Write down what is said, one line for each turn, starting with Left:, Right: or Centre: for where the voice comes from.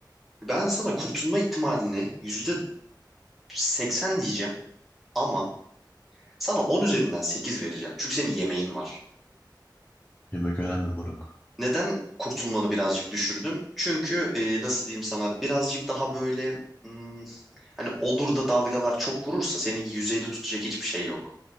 Centre: Ben sana kurtulma ihtimalini yüzde seksen diyeceğim ama sana 10 üzerinden 8 vereceğim. Çünkü senin yemeğin var.
Left: Yemek önemli moruk.
Centre: Neden kurtulmanı birazcık düşürdüm? Çünkü e, nasıl diyeyim sana birazcık daha böyle hmm, hani olur da dalgalar çok vurursa seni yüzeyde tutacak hiçbir şey yok.